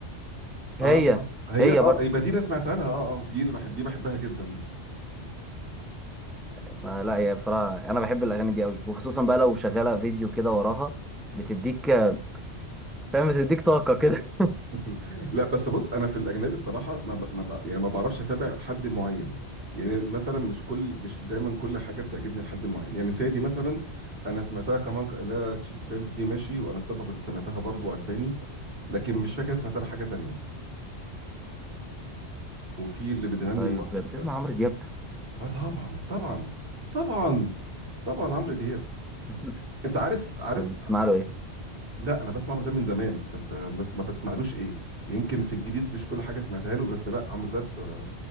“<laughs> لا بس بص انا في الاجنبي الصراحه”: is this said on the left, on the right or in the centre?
Right